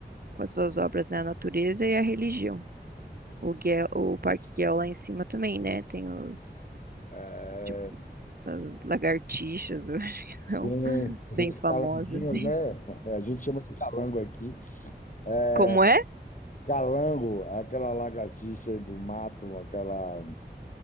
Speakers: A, on the right (about 55°); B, on the left (about 45°).
A: com as suas obras, né, a natureza e a religião. O Guel, o Parque Guel lá em cima também, né, tem os
B: É,
A: tipo, as lagartixas, <laughs> eu acho que são
B: tem
A: bem
B: os
A: famosas.
B: calanguinhos,
A: né?
B: né? <laughs> A gente chama de calango aqui. É,
A: Como é?
B: Calango, aquela lagartixa do mato, aquela.